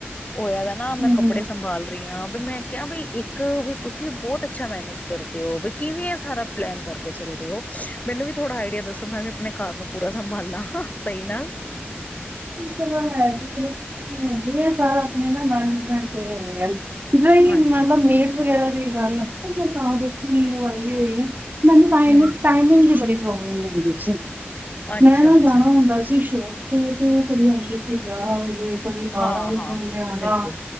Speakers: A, on the left (about 35°); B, on the right (about 45°).
A: ਹੋਇਆ ਵੈ। ਨਾ ਮੈਂ
B: ਹਮ
A: ਕੱਪੜੇ ਸੰਭਾਲ ਰਹੀ ਹਾਂ, ਵੀ ਮੈਂ ਕਿਹਾ ਬ ਇੱਕ, ਵੀ ਤੁਸੀਂ ਬਹੁਤ ਛਾ ਮੈਨੇਜ ਕਰਦੇ ਹੋ, ਬਈ ਕਿਵੇਂ ਇਹ ਸਾਰਾ ਪਲੈਨ ਕਰਕੇ ਚੱਲਦੇ ਹੋ, ਮੈਨੂੰ ਵੀ ਥੋੜਾ ਆਈਡੀਆ ਦੱਸੋ ਮੈਂ ਵੀ ਆਪਣੇ ਘਰ ਨੂੰ ਪੂਰਾ ਸੰਭਾਲਾਂ, ਸਹੀ ਨਾਲ।
B: ਚਲੋ ਹੈ ਚਲੋ ਕੁਛ ਨ ਹੈਗੇ ਆ, ਸਾਰਾ ਆਪਣੇ ਨਾ ਮੈਨੇਜਮੈਂਟ ਤੇ ਹੈਗਾ। ਜਿਹੜੀ
A: ਹਾਂਜੀ
B: ਮਤਲਬ ਮੇਡ ਵਗੈਰਾ ਦੀ ਗੱਲ ਹੈ, ਉਹ ਮੈਂ ਤਾਂ ਦੇਖ ਲਾਈ ਹੋਈ। ਮੈਨੂੰ ਤਾਂ ਨਾ ਟਾਈਮਿੰਗ,
A: ਹਮ
B: ਟਾਈਮਿੰਗ ਦੀ ਬੜੀ ਪ੍ਰੋਬਲਮ ਹੁੰਦੀ ਸੀ।
A: ਅੱਛਾ
B: ਮੈਂ ਨਾ
A: ਅੱਛਾ।
B: ਜਾਣਾ ਹੁੰਦਾ ਸੀ ਸ਼ੌਂਪ ਤੇ, ਤੇ ਉਹ ਕਦੇ ਆਦੇ ਸੀ ਵਿਆਹ ਹੋਜੇ ਕ ਬਾਰਾਂ
A: ਹਾਂ
B: ਵਜੇ
A: ਹਾਂ
B: ਹਣਾ,
A: ਬਿਲਕੁਲ।